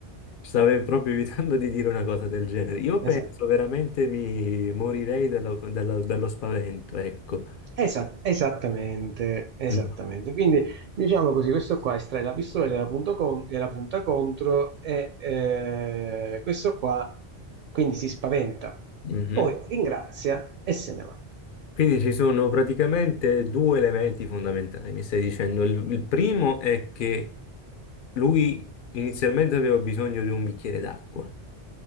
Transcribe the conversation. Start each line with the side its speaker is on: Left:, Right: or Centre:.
Left: Stavo proprio evitando di dire una cosa del genere.
Right: <laughs>
Left: Io
Right: esatto.
Left: penso veramente mi morirei dalla- dalla- dallo spavento, ecco.
Right: Esa- esattamente, esattamente.
Left: Mhm.
Right: Quindi diciamo così, questo qua estrae la pistola, gliela, punto con- gliela punta contro e eh, questo qua quindi si spaventa,
Left: Mhm.
Right: poi ringrazia e se ne va.
Left: Quindi ci sono praticamente due elementi fondamentali, mi stai dicendo. Il, il primo è che lui inizialmente aveva bisogno di un bicchiere d'acqua.